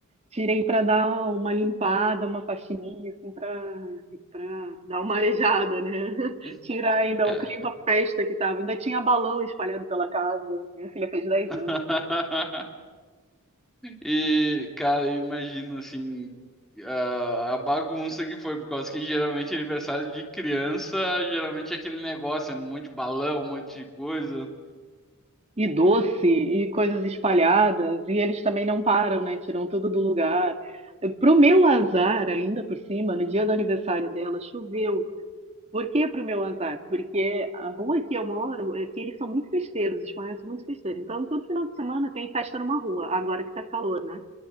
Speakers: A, on the right; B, in the centre.
A: tirei para dar uma limpada, uma faxininha, assim, para para dar uma arejada, né? <laughs>
B: <laughs>
A: Tirar ainda
B: É.
A: o clima festa que tava. Ainda tinha balão espalhado pela casa. Minha filha fez 10
B: <laughs>
A: anos.
B: E, cara, eu imagino assim, a a bagunça que foi, por causa que geralmente é aniversário de criança, geralmente é aquele negócio, é um monte de balão, um monte de coisa.
A: e doce e coisas espalhadas, e eles também não param, né? Tiram tudo do lugar. Eu- Pro meu azar, ainda por cima, no dia do aniversário dela, choveu. Por que pro meu azar? Porque a rua que eu moro, é que eles são muito festeiros, os espanhóis são muito festeiros. Então, todo final de semana tem festa numa rua, agora que tá calor, né?